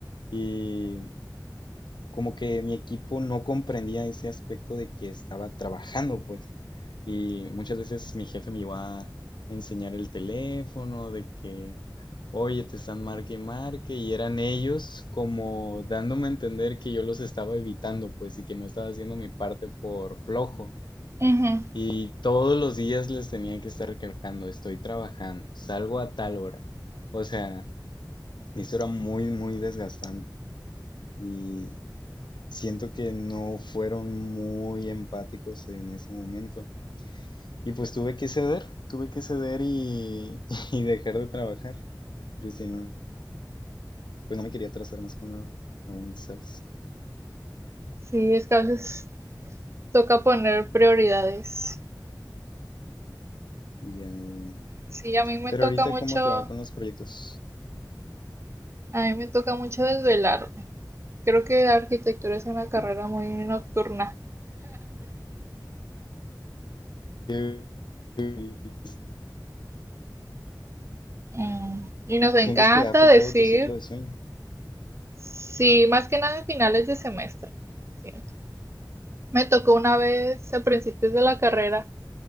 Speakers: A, on the left; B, on the right.
A: Y como que mi equipo no comprendía ese aspecto de que estaba trabajando, pues. Y muchas veces mi jefe me iba a enseñar el teléfono, de que, oye, te están marque y marque, y eran ellos como dándome a entender que yo los estaba evitando, pues, y que no estaba haciendo mi parte por flojo.
B: Ujú.
A: Y todos los días les tenía que estar recalcando, estoy trabajando, salgo a tal hora. O sea, eso era muy, muy desgastante. Y siento que no fueron muy empáticos en ese momento. Y pues tuve que ceder, tuve que ceder y, <laughs> y dejar de trabajar. Pero si no, pues no me quería atrasar más con la la uni, ¿sabes?
B: Sí, es que a veces toca poner prioridades.
A: Ya, ya, ya.
B: Sí, a mí me
A: Pero
B: toca
A: ahorita,
B: mucho,
A: ¿cómo te va con los proyectos?
B: a mí me toca mucho desvelarme. Creo que la arquitectura es una carrera muy nocturna.
A: ¿Qué- qué-
B: Mm. Y nos encanta
A: ¿Sientes que ha afectado
B: decir
A: tu ciclo de sueño?
B: Sí, más que nada en finales de semestre, siento. Me tocó una vez a principios de la carrera